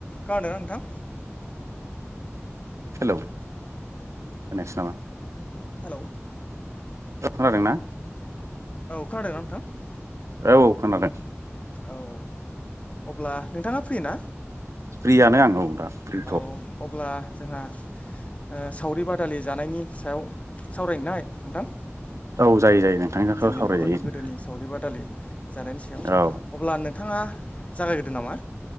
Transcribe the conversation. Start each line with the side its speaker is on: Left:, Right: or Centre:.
Left: खोनादोंना नोंथां?
Right: हेलौ खोनायासै नामा?
Left: हेल'
Right: खोनादों ना?
Left: औ खोनादोंना नोंथां?
Right: औ खोनादों।
Left: औ अब्ला नोंथाङा फैयोना?
Right: फ्रियानो आं औ दा फ्रिथ'
Left: औ अब्ला जोंहा ओ सावरि बादालि जानायनि सायाव सावरायनोना नोंथां?
Right: औ जायो जायो नोंथांनि
Left: जोंनि
Right: सावरायजायो
Left: बर'नि गोदोनि सावरि बादालि जानायनि सायाव
Right: औ
Left: अब्ला नों थाङा जागायग्रोदो नामा